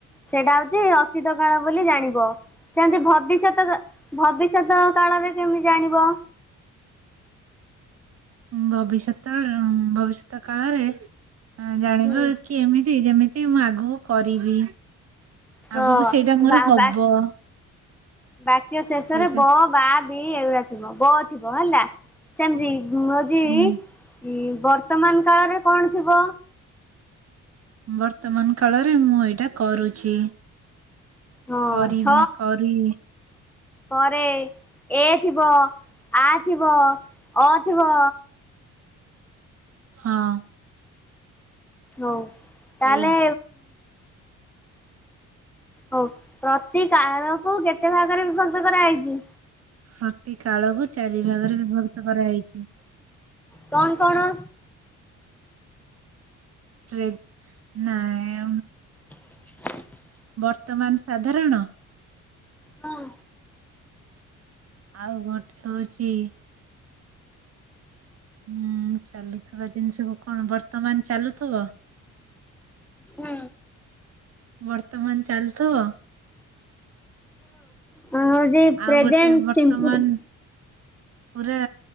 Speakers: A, in the centre; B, on the right.
A: ସେଇଟା ହଉଚି ଅତୀତ କାଳ ବୋଲି ଜାଣିବ। ସେମତି ଭବିଷ୍ୟତ ଭବିଷ୍ୟତ କାଳରେ କେମିତି ଜାଣିବ?
B: ଭବିଷ୍ୟତ ଭବିଷ୍ୟତ କାଳରେ ଜାଣିବ
A: ହୁଁ
B: କି ଏମିତି ଯେମିତି ମୁଁ ଆଗକୁ କରିବି
A: ହଁ
B: ଆଗକୁ ସେଇଟା ମୋର
A: ବା
B: ହବ।
A: ବା ବାକ୍ୟ ଶେଷ
B: ସେଇଟା
A: ରେ ବ ବା ବି ଏଗୁଡା ଥିବ ବ ଥିବ ହେଲା ସେମିତି କୁହଯି
B: ହୁଁ
A: ହଁ ବର୍ତ୍ତମାନ କାଳରେ କଣ ଥିବ?
B: ବର୍ତ୍ତମାନ କାଳରେ ମୁଁ ଏଇଟା କରୁଛି।
A: ହଁ
B: କରିବି
A: ଛ
B: କରି
A: ପରେ ଏ ଥିବ ଆ ଥିବ ଅ ଥିବ।
B: ହଁ।
A: ହଉ ତାହେଲେ
B: ଏଇ
A: ହଉ ପ୍ରତି କାଳକୁ କେତେ ଭାଗରେ ବିଭକ୍ତ କରାହେଇଚି।
B: ପ୍ରତି କାଳକୁୁ ଚାରି ଭାଗରେ ବିଭକ୍ତ କରାହେଇଚି।
A: କଣ କଣ?
B: ରେଗ ନାଇଁ।
A: <inaudible>
B: ବର୍ତ୍ତମାନ ସାଧାରଣ।
A: ହୁଁ
B: ଆଉ ଗୋଟେ ହଉଚି ହୁଁ ଚାଲୁଥିବା ଜିନିଷକୁ କଣ ବର୍ତ୍ତମାନ ଚାଲୁଥିବ।
A: ହୁଁ।
B: ବର୍ତ୍ତମାନ ଚାଲୁଥିବ।
A: ହଁ ଯେ ପ୍ରେସେଣ୍ଟ
B: ଆଉ ଗୋଟେ ବର୍ତ୍ତମାନ
A: ସିମ୍ପଲ।
B: ପୁରା